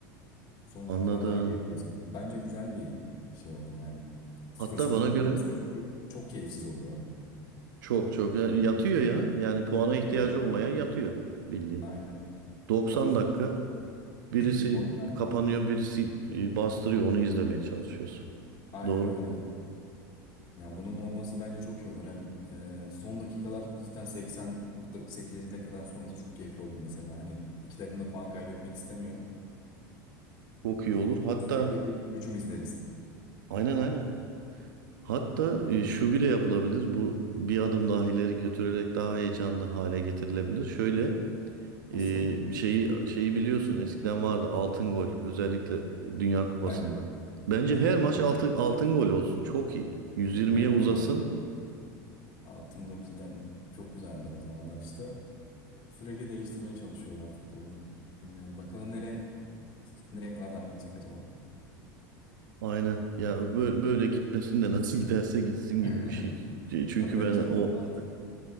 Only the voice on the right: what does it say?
anladım.
Hatta bana
göre
çok çok yani yatıyor ya. Yani puana
ihtiyacı olmayan yatıyor bildiğin.
90
dakika birisi
kapanıyor, birisi e, bastırıyor. Onu izlemeye çalışıyorsun.
Doğru.
Çok iyi
olur.
Hatta
aynen aynen. Hatta e, şu bile yapılabilir. Bu bir adım daha ileri götürerek daha heyecanlı hale getirilebilir. Şöyle
Ee, şeyi şeyi biliyorsun eskiden vardı altın gol özellikle Dünya Kupası'nda.
Bence
her maç
altın altın gol olsun. Çok iyi. 120'ye
uzasın.
Aynen. Ya böyle, böyle gitmesin de <laughs> nasıl giderse gitsin gibi
bir şey. Çünkü
ben
o